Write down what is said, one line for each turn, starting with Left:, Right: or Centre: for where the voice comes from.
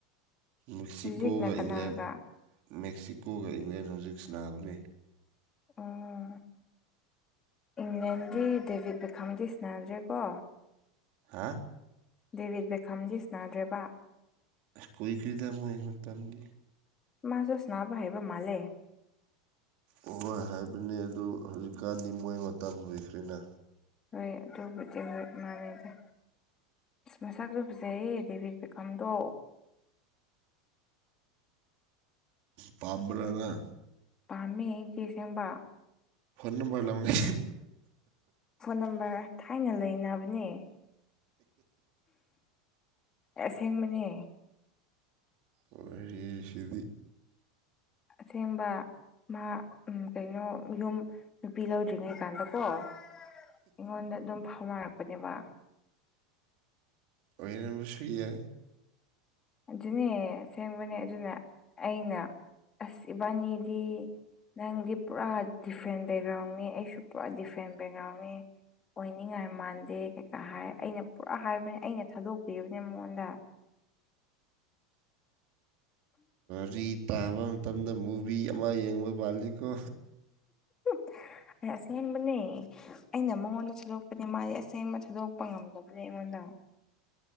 Right: ꯃꯦꯛꯁꯤꯀꯣꯒ
Left: ꯍꯧꯖꯤꯛꯅ ꯀꯅꯥꯒ
Right: ꯏꯪꯂꯦꯟ ꯃꯦꯛꯁꯤꯀꯣꯒ ꯏꯪꯂꯦꯟ ꯍꯧꯖꯤꯛ ꯁꯥꯟꯕꯅꯤ
Left: ꯑꯣ ꯏꯪꯂꯦꯟꯗꯤ ꯗꯦꯕꯤꯠ ꯕꯦꯈꯥꯝꯗꯤꯁꯅꯥꯗ꯭ꯔꯦꯀꯣ
Right: ꯍꯥ
Left: ꯗꯦꯕꯤꯠ ꯕꯦꯈꯥꯝꯖꯤ ꯁꯟꯅꯗ꯭ꯔꯦꯕ
Right: ꯀꯣꯏ ꯀꯔꯤꯗꯣ ꯃꯔ ꯇꯝꯗꯤ
Left: ꯃꯥꯁꯅꯅꯥꯕ ꯍꯔꯤꯕ ꯃꯜꯦ
Right: ꯑꯍꯣꯏ ꯍꯥꯏꯕꯅꯤ ꯑꯗꯨ ꯍꯧꯖꯤꯛꯀꯥꯟꯗꯤ ꯃꯣꯏ ꯃꯇꯝ ꯂꯨꯏꯈ꯭ꯔꯦꯅ
Left: ꯍꯣꯏ ꯇꯨꯕ ꯆꯦ ꯍꯣꯏ ꯃꯥꯅꯦꯗ ꯑꯁ ꯃꯁꯛꯁꯨ ꯐꯖꯩꯌꯦ ꯗꯦꯕꯤꯠ ꯕꯤꯀꯝꯗꯣ
Right: ꯄꯥꯝꯕꯔꯅ
Left: ꯄꯝꯃꯤ ꯑꯩꯒꯤꯦꯁꯕ
Right: ꯐꯣꯟ ꯅꯝꯕꯔ ꯂꯅꯦ
Left: ꯐꯣꯟ ꯅꯝꯕꯔ ꯊꯥꯏꯅ ꯂꯩꯅꯕꯅꯦ ꯑꯁꯦꯡꯕꯅꯦ
Right: ꯑꯣꯔꯩ ꯁꯤꯗꯤ
Left: ꯁꯦꯡꯕ ꯃꯥ ꯎ ꯀꯩꯅꯣ ꯌꯨꯝ ꯅꯨꯄꯤ ꯂꯧꯗ꯭ꯔꯤꯉꯩ ꯀꯥꯟꯗꯀꯣ ꯑꯩꯉꯣꯟꯗ ꯑꯗꯨꯝ ꯐꯥꯎꯅꯔꯛꯄꯅꯦꯕ
Right: ꯑꯣꯏꯍꯅꯕꯨ ꯁꯨꯏꯌꯦ
Left: ꯑꯗꯨꯅꯦ ꯑꯁꯦꯡꯕꯅꯦ ꯑꯗꯨꯅ ꯑꯩꯅ ꯑꯁ ꯏꯕꯥꯅꯤꯗꯤ ꯅꯪꯗꯤ ꯄꯨꯔꯥ ꯗꯤꯐ꯭ꯔꯦꯟ ꯕꯦꯛꯒ꯭ꯔꯥꯎꯟꯅꯤ ꯑꯩꯁꯨ ꯄꯨꯔꯥ ꯗꯤꯐ꯭ꯔꯦꯟ ꯕꯦꯛꯒ꯭ꯔꯥꯎꯟꯅꯤ ꯑꯣꯏꯅꯤꯡꯉꯥꯏ ꯃꯥꯟꯗꯦ ꯀꯩꯀꯥ ꯍꯥꯏ ꯑꯩꯅ ꯄꯨꯔꯥ ꯍꯥꯏꯕꯅꯦ ꯑꯩꯅ ꯊꯥꯗꯣꯛꯄꯤꯕꯅꯤ ꯃꯉꯣꯟꯗ
Right: ꯔꯤꯠ ꯇꯥꯕ ꯃꯇꯝꯗ ꯃꯨꯚꯤ ꯑꯃ ꯌꯦꯡꯕ ꯕꯥꯂꯤꯀꯣ
Left: <inaudible> ꯑꯩ ꯑꯁꯦꯡꯕꯅꯦ ꯑꯩꯅ ꯃꯉꯣꯟꯗ ꯊꯥꯗꯣꯛꯄꯅꯦ ꯃꯥꯗꯤ ꯑꯁꯦꯡꯕ ꯊꯥꯗꯣꯛꯄ ꯉꯝꯗꯕꯅꯦ ꯑꯩꯉꯣꯟꯗ <inaudible>